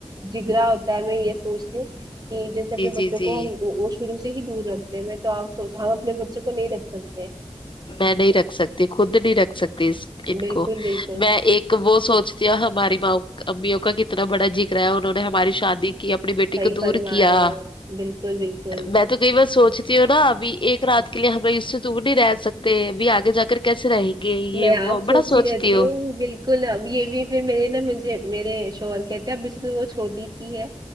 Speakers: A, on the right; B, on the left.
A: جگرا ہوتا ہے میں یہ سوچتی ہوں کہ جی جیسے اپنے بچاؤ
B: جی جی
A: کو اسے ہی دور رکھتے ہیں میں تو آپ سوچا ہم اپنے بچوں کو نہیں رکھ سکتے
B: میں نہیں رکھ سکتی خود نہیں رکھ سکتی اس ان
A: بالکل
B: کو
A: بالکل
B: میں ایک وہ سوچتی ہیں ہماری ما امیوں کا کتنا بڑا جگر ہے انہوں نے ہماری شادی کی اپنی بیٹی
A: صحیح
B: کو
A: فرما
B: دور کیا
A: رہے ہیں بالکل بالکل
B: میں تو کئی بار سوچتی ہو نا ابی ایک رات کے لیے ہم اس سے دور نہیں رہ سکتے ابھی آگے جا کر کے کیسے رہے گے یہ
A: میں آپ
B: وہ بڑا سوچتی
A: رہتی
B: ہو
A: ہوں بالکل اب یہ بھی پھر میرے نا مجھے میرے شوہور کہتے ہیں اب وہ چھوٹی سی ہے